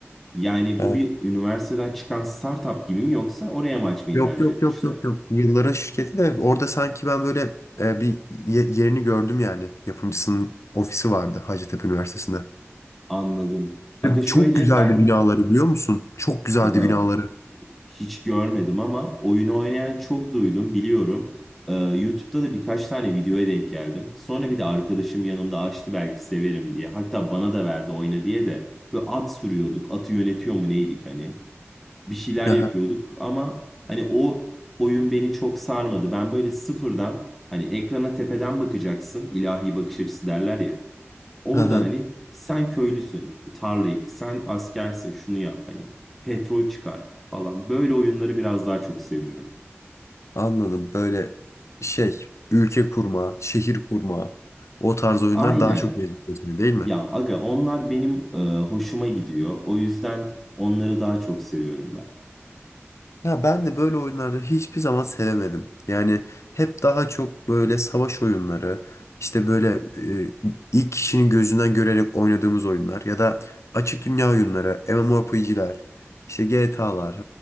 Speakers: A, in the centre; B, on the left (about 80°).
A: yani
B: Yani
A: bu bir üniversiteden çıkan startup gibi mi yoksa oraya mı açmayı
B: Yok
A: tercih
B: yok
A: etmişler?
B: yok yok yok. Yılların şirketi de orada sanki ben böyle e, bir ye- yerini gördüm yani. Yapımcısının ofisi vardı Hacettepe Üniversitesi'nde.
A: Anladım. Aga
B: Ve
A: şöyle
B: çok güzeldi
A: ben,
B: binaları biliyor musun? Çok güzeldi
A: aga
B: binaları.
A: Hiç görmedim ama oyunu oynayan çok duydum biliyorum. Ee, YouTube'da da birkaç tane videoya denk geldim. Sonra bir de arkadaşım yanımda açtı belki severim diye. Hatta bana da verdi oyna diye de. Böyle at sürüyorduk. Atı yönetiyor mu neydik hani. Bir şeyler yapıyorduk
B: Aha,
A: ama hani o oyun beni çok sarmadı. Ben böyle sıfırdan hani ekrana tepeden bakacaksın. ilahi bakış açısı derler ya. Oradan
B: aha,
A: hani sen köylüsün, tarlayık, sen askersin, şunu yap hani petrol çıkar falan. Böyle oyunları biraz daha çok seviyorum.
B: anladım. Böyle şey ülke kurma, şehir kurma o tarz oyunlar
A: Aynen.
B: daha çok cezbediyor seni değil mi?
A: Ya aga onlar benim e, hoşuma gidiyor. O yüzden onları daha çok seviyorum ben.
B: Ya ben de böyle oyunları hiçbir zaman sevemedim. Yani hep daha çok böyle savaş oyunları, işte böyle e, ilk kişinin gözünden görerek oynadığımız oyunlar ya da açık dünya oyunları, MMORPG'ler, işte GTA'lar.